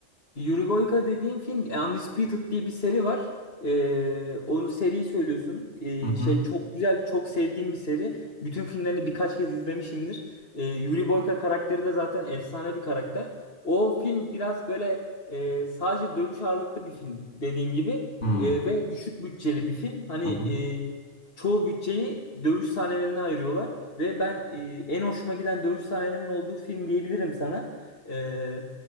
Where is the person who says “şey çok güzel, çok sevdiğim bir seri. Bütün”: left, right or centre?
Left